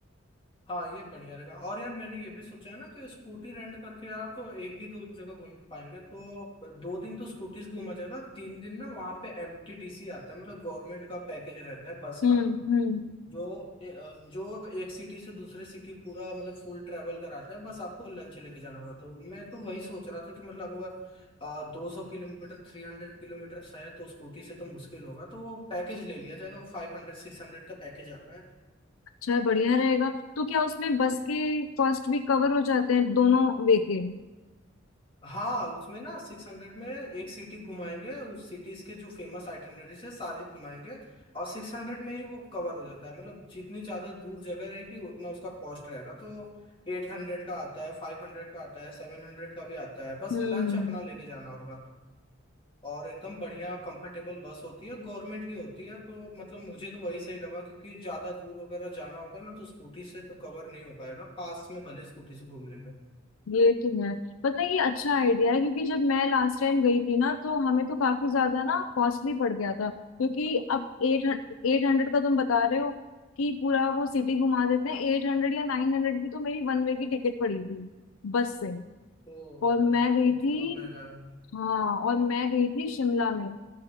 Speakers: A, on the left; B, on the left.
A: हाँ ये बढ़िया रहेगा और यार मैंने ये भी सोचा है ना कि स्कूटी रेंट करके यार तो एक ही दो जगह घूम पाएंगे तो दो दिन तो स्कूटीज घूमा जाएगा तीन दिन ना वहाँ पे एमटीटीसी आता है मतलब गवर्नमेंट का पैकेज रहता है बस
B: हम्म
A: का
B: हम्म
A: जो ए- अ, जो एक सिटी से दूसरे सिटी पूरा मतलब फुल ट्रेवल कराता है बस आपको लंच लेके जाना होगा तो मैं तो वही सोच रहा था कि मतलब अगर दो सौ किलोमीटर थ्री हंड्रेड किलोमीटर है तो स्कूटी से तो मुश्किल होगा तो वो पैकेज ले लिया जाएगा फाइव हंड्रेड सिक्स हंड्रेड का पैकेज आता है
B: अच्छा बढ़िया रहेगा तो क्या उसमें बस के कॉस्ट भी कवर हो जाते हैं दोनों वे के
A: हाँ उसमें ना सिक्स हंड्रेड में एक सिटी घुमाएंगे उस सिटीज के जो फेमस आइटनरीज है सारी घुमाएंगे और सिक्स हंड्रेड में ही वो कवर हो जाता है मतलब जितनी ज्यादा दूर जगह रहेगी उतना उसका कॉस्ट रहेगा तो एट हंड्रेड का आता है फाइव हंड्रेड का आता है सेवन हंड्रेड का भी आता है बस
B: हम्म
A: लंच अपना लेके जाना होगा और एकदम बढ़िया कंफर्टेबल बस होती है गवर्नमेंट की होती है तो मतलब मुझे तो वही सही लगा क्योंकि ज्यादा दूर वगैरह जाना होगा ना तो स्कूटी से तो कवर नहीं हो पाएगा पास में भले स्कूटी से घूम लेंगे
B: ये तो है पता है ये अच्छा आइडिया है क्योंकि जब मैं लास्ट टाइम गई थी ना तो हमें तो काफी ज्यादा ना कॉस्टली पड़ गया था क्योंकि अब एट एट हंड्रेड का तुम बता रहे हो कि पूरा वो सिटी घुमा देते हैं एट हंड्रेड या नाइन हंड्रेड की तो मेरी वन वे की टिकट पड़ी थी बस से
A: तो
B: और मैं गई
A: वो
B: थी
A: तो बहुत महंगा है
B: हाँ और मैं गई थी शिमला में